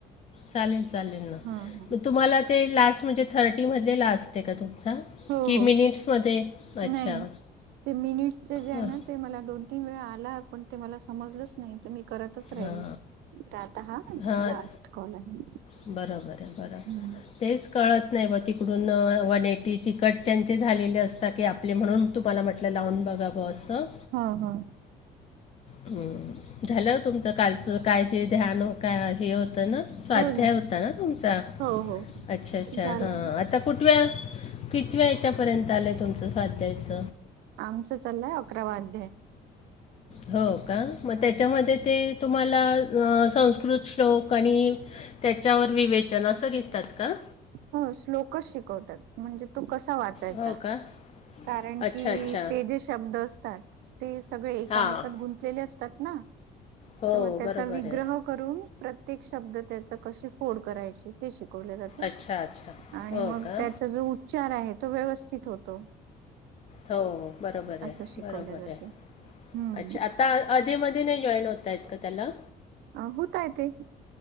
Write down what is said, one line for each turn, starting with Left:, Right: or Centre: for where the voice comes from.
Left: चालेल चालेल ना
Right: हा हा
Left: म तुम्हाला ते लास्ट म्हणजे थर्टीमधले लास्ट ये का तुमचा
Right: हो
Left: की
Right: हो
Left: मिनिट्समध्ये अच्छा
Right: नाई ते मिनिट्सचे जे हाय
Left: हां
Right: नं ते मला दोन तीन वेळा आला पण ते मला समजलंच नाही त मी करतच राहिली
Left: हां
Right: तर आता हा
Left: हां
Right: लास्ट कॉल आहे.
Left: बरोबर आहे बरोबर
Right: हम्म
Left: तेच कळत नाही ब तिकडून वन एटी तिकडच्याचे झालेले असता की आप आपले म्हणून तुम्हाला म्हटलं लावून बघावं असं
Right: हो हो.
Left: हम्म झालं तुमचं कालचं काय जे ध्यान काय हे हो त न स्वाध्याय
Right: हो झा
Left: होता ना तुमचा
Right: हो हो
Left: अच्छा अच्छा
Right: झालं
Left: हा
Right: ना
Left: आता कुठव्या कितव्या याच्यापर्यंत आलंय तुमचं स्वाध्यायच
Right: आमचं चाललंय अकरावादध्ये
Left: हो का मग त्याच्यामध्ये ते तुम्हाला संस्कृत श्लोक आणि त्याच्यावर विवेचन असं घेतात का
Right: हो श्लोक शिकवतात म्हणजे तू कस वाचायचा
Left: हो का
Right: कारण
Left: अच्छा
Right: की
Left: अच्छा
Right: ते जे शब्द असतात ते सगळे एकमेकात
Left: हां
Right: गुंतलेले असतात ना
Left: हो,
Right: तर मग त्याचा
Left: बरोबर
Right: विग्रह
Left: आहे.
Right: ून प्रत्येक शब्द त्या क फोड करायचे ते शिकवले जाते
Left: अच्छा, अच्छा.
Right: आणि
Left: हो
Right: मग
Left: का?
Right: त्याचा जो उच्चार आहे तो व्यवस्थित होतो
Left: हो बरोंबर
Right: असं
Left: आहे
Right: शिकवले
Left: बरोबर
Right: जाते
Left: आहे
Right: हम्म
Left: अच्छा आत् आता आधीमध्येध नाही जॉईन होत आहेत का त्याला
Right: अ होूतयेत